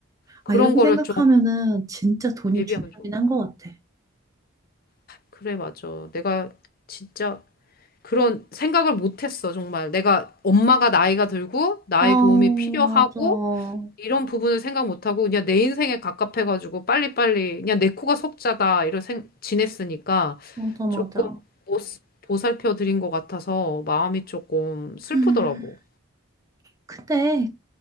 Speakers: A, on the left (about 45°); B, on the right (about 15°).
A: 그런
B: 아, 이렇게
A: 거를
B: 생각하면은
A: 좀
B: 진짜 돈이
A: 대비하면
B: 중요하긴
A: 좋아.
B: 한 것 같아.
A: 그래, 맞아. 내가 진짜 그런 생각을 못 했어, 정말. 내가 엄마가 나이가 들고 나의
B: 아,
A: 도움이 필요하고
B: 맞아.
A: 이런 부분을 생각 못하고 그냥 내 인생에 갑갑해가지고 빨리빨리 그냥 내 코가 석자다 이런 생 지냈으니까
B: 맞아, 맞아.
A: 조금 못 보살펴 드린 것 같아서 마음이 조금 슬프더라고.
B: 음, 근데